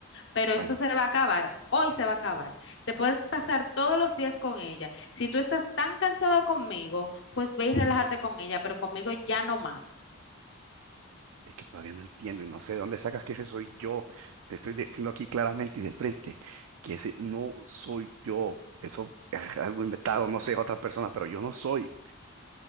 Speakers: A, on the left (about 55°); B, on the right (about 80°).
A: Pero esto
B: Bueno.
A: se va a acabar, hoy se va a acabar. Te puedes pasar todos los días con ella. Si tú estás tan cansado conmigo, pues ve y relájate con ella, pero conmigo ya no más.
B: Es que todavía no entiendo y no sé de dónde sacas que ese soy yo. Te estoy diciendo aquí claramente y de frente que ese no soy yo. Eso es algo inventado, no sé, otra persona, pero yo no soy.